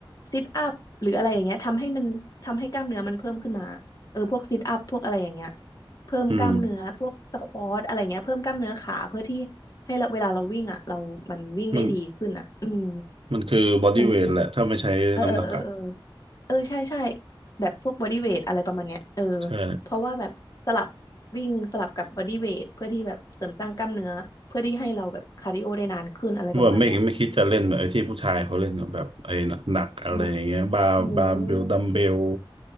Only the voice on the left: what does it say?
ซิทอัพหรืออะไรอย่างเงี้ยทำให้มันทำให้กล้ามเนื้อมันเพิ่มขึ้นมาเออพวกซิทอัพพวกอะไรอย่างเงี้ยเพิ่มกล้ามเนื้อพวกสควอทอะไรเงี้ยเพิ่มกล้ามเนื้อขาเพื่อที่
ให้เราเวลาเราวิ่งอ่ะเรามันวิ่งได้ดีขึ้นอ่ะอืม
มันเออเออเออเออเออใช่ใช่แบบพวกบอดี้เวทอะไรประมาณเนี้ยเออ
เพราะว่าแบบสลับวิ่งสลับกับบอดี้เวทเพื่อที่แบบเสริมสร้างกล้ามเนื้อเพื่อที่ให้เราแบบคาร์ดิโอได้นานขึ้นอะไรประมาณเนี้ยเออ
ยกโอ้โห